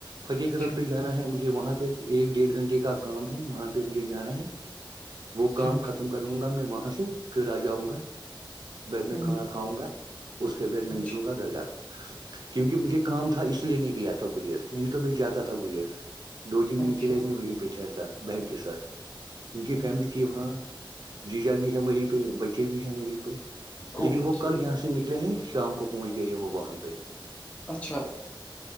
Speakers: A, on the right; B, on the left.
A: فتح
B: اچھا
A: قدل پہ جانا ہے مجھے وہاں پہ ایک ڈیڑھ گھنٹے کا کام ہے وہاں پہ مجھے جانا ہے وہ
B: اچھا
A: کام ختم کر لوں گا میں وہاں سے پھر آ جاؤں گا بیڈ میں
B: ہوں
A: کھانا کھاؤں گا اس کے بیڈ میں
B: اچھا
A: نکلوں گا درگاہ کیونکہ مجھے کام تھا اس لیے نہیں گیا تھا گریز نہیں تو میں جاتا تھا گریز دو تین دن
B: اچھا
A: کے لیے میں وہیں پہٹھہرتا بہن کے ساتھ
B: اچھا
A: ان کی فیملی وہاں جیجا بھی ہے وہیں پہ بچے بھی ہیں وہیں پہ لیکن
B: اوکے
A: وہ کل یہاں سے نکلے ہیں شام کو پہنچ گئے ہیں وہ وہاں پہ
B: اچھا